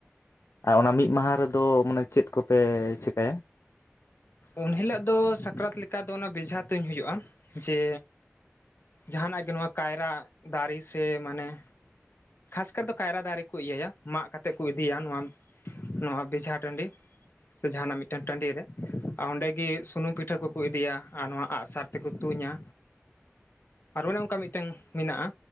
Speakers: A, on the left; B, on the left.
A: ᱟᱨ ᱚᱱᱟ ᱢᱤᱫ ᱢᱟᱦᱟ ᱨᱮᱫᱚ ᱢᱟᱱᱮ ᱪᱮᱫ ᱠᱚᱯᱮ ᱪᱮᱠᱟᱹᱭᱟ
B: ᱩᱱ ᱦᱤᱞᱳᱜ ᱫᱚ ᱥᱟᱠᱨᱟᱛ ᱞᱮᱠᱟ ᱫᱚ ᱚᱱᱟ ᱵᱮᱡᱷᱟ ᱛᱩᱧ ᱦᱩᱭᱩᱜᱼᱟ ᱡᱮ ᱡᱟᱦᱟᱸᱱᱟᱜ ᱜᱮ ᱱᱚᱣᱟ ᱠᱟᱭᱨᱟ ᱫᱟᱨᱮ ᱥᱮ ᱢᱟᱱᱮ ᱠᱷᱟᱥ ᱠᱟᱨ ᱫᱚ ᱠᱟᱭᱨᱟ ᱫᱟᱨᱮ ᱠᱚ ᱤᱭᱟᱹ ᱭᱟ ᱢᱟᱜ ᱠᱟᱛᱮᱫ ᱠᱚ ᱤᱫᱤᱭᱟ ᱱᱚᱣᱟ ᱱᱚᱣᱟ ᱵᱮᱡᱷᱟ ᱴᱟᱺᱰᱤ ᱥᱮ ᱡᱟᱦᱟᱸᱱᱟᱜ ᱢᱤᱫᱴᱟᱝ ᱴᱟᱺᱰᱤᱨ ᱨᱮ ᱟᱨ ᱚᱸᱰᱮ ᱜᱮ ᱥᱩᱱᱩᱢ ᱯᱤᱴᱷᱟᱹ ᱠᱚᱠᱚ ᱤᱫᱤᱭᱟ ᱟᱨ ᱱᱚᱣᱟ ᱟᱜᱼᱥᱟᱨ ᱛᱮᱠᱚ ᱛᱩᱧᱟ ᱟᱨ ᱚᱱᱮ ᱚᱱᱠᱟ ᱢᱤᱫᱴᱟᱝ ᱢᱮᱱᱟᱜᱼᱟ᱾